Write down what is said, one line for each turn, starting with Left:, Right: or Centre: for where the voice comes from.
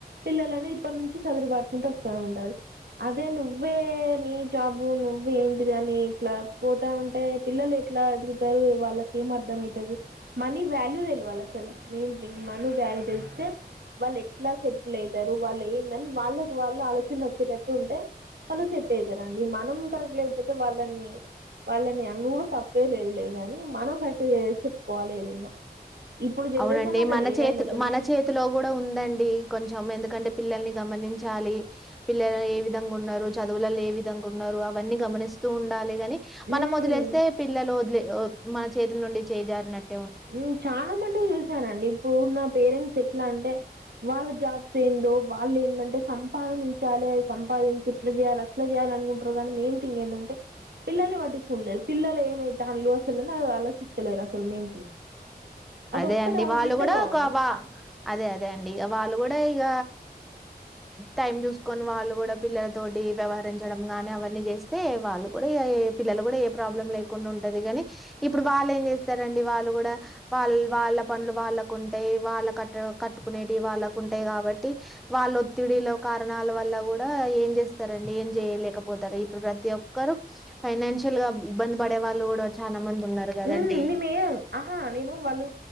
Right: పిల్లలని ఇప్పటి నుంచి సదురు పటుకుంటూ వస్తనే ఉంటారు అదే నువ్వే నీ జాబు నువ్వే ఏంటిది అని ఇట్లా పోతా ఉంటే పిల్లలే ఎట్లా ఎదుగుతారు వాళ్ళకి ఏం అర్ధం అయితది అవుతుంది మనీ వాల్యూ తెలువాలు అసలు మెయిన్ థింగ్ మనీ గ్యారేట్ తెలుస్తే వాళ్ళు ఎట్లా సెటిల్ అయితారు వాళ్ళు ఏంది అని వాళ్ళకు వాళ్ళు ఆలోచన వచ్చేటట్టు ఉంటే ఆలు సెట్ అయితారుండి మనం కరెక్ట్ లేకపోతే వాళ్ళని వాళ్ళని అనువుడు కూడా తప్పే లేదు లేగాని మనం కట్టు ఏద చెప్పుకోవాలి ఏదైనా ఇప్పుడు జనరేషన్లో
Centre: అవునండి
Right: అట్లా
Centre: మన
Right: లేరండి
Centre: చేతిలు
Right: అసలు
Centre: మన చేతి లో కూడా ఉందండి కొంచెం ఎందుకంటే పిల్లల్ని గమనించాలి పిల్లలు ఏ విధంగా ఉన్నరు చదువులలో ఏ విధంగా ఉన్నారు అవన్నీ గమనిస్తూ ఉండాలి కానీ
Right: మ్మ్
Centre: మనం వదిలేస్తే పిల్లలు వదిలే మన చేతుల నుండి చేజారినట్టు
Right: ఉం చాలా మట్టుకు చూసారండి ఇప్పుడు నా పేరెంట్స్ ఎట్లా అంటే వాళ్ళ జాబ్స్ ఏందో వాళ్ళు ఏందంటే సంపాదించాలి సంపాదించి ఇట్లా చేయాలి అట్లా చేయాలి అనుకుంటారు కానీ మెయిన్ తింగ్ ఎందంటే పిల్లల్ని పట్టించుకుంటులేరు పిల్లలు ఏమయితాళ్ళు అసలుని ఆలోచిస్తలేరు అసలు మెయిన్ థింగ్ అదొక్కటి
Centre: అదే అండి
Right: ఆలోచిస్తే
Centre: వాళ్ళు కూడా
Right: బావుండు.
Centre: వా అదే అదే అండి ఇక వాళ్ళు కూడా ఇగ టైం చూసుకోని వాళ్ళు కూడా పిల్లల తోటి వ్యవహరించడం గాని అవన్నీ చే చేస్తే వాళ్ళు కూడా ఇగ పిల్లలు కూడా ఏ ప్రాబ్లం లేకుండా ఉంటది గానీ ఇప్పుడు వాళ్ళు ఏం చేస్తారండి వా వాళ్ళు కూడా వాళ్ళ వాళ్ళ పనులు వాళ్ళకు ఉంటాయి వాళ్ళ కట్ట కట్టుకునేవి వాళ్ళకు ఉంటాయి కాబట్టి వాళ్ళ ఒత్తిడిల కారణాల వల్ల కూడా ఏం చేస్తారండి ఏం చేయలేకపోతారు ఇప్పుడు ప్రతి ఒక్కరు ఫైనాన్షియల్ గా ఇబ్బంది పడే వాళ్ళు కూడా చాలా మంది ఉన్నారు కదండి
Right: ఉం ఆహా నేను వాళ్ళు